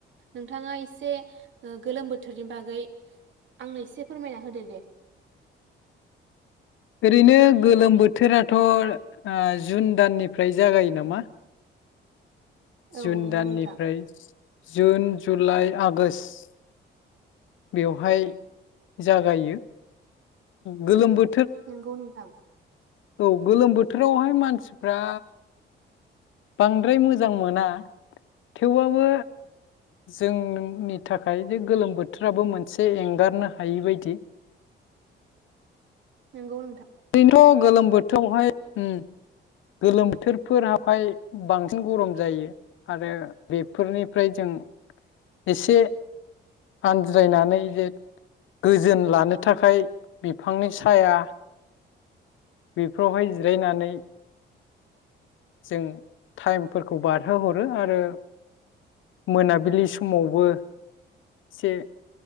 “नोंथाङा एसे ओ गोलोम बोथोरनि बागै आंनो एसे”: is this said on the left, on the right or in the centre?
Right